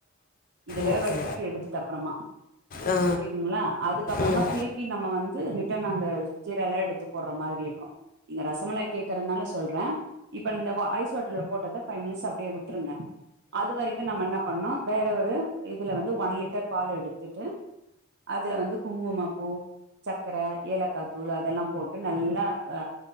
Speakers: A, on the right; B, on the left.
A: இதவேவடிச்சிட்டு
B: ஓகே
A: எடுத்துட்டு அப்புறமா
B: ஆ
A: புரியுதுங்களா அதுக்கு அப்புறமா
B: ம்
A: திருப்பி நம்ம வந்து ரிட்டன் அந்த சீரல எடுத்து போடுற மாரி இருக்கும் நீங்க ரசமலை கேக் றனால சொல்றேன் இப்ப இந்த ஐஸ் வாட்டர்ல போட்டத பைவ் மிட்ஸ் அப்படியே விட்ருங்க அது வரைக்கும் நம்ம என்ன பண்ண வேற ஒரு இதுல வந்து ஒன் லிட்டர் பால் எடுத்துட்டு அதுல வந்து குங்கும பூ சக்கரை ஏலக்காய் தூள் அதெல்லாம் போட்டு நல்லா அ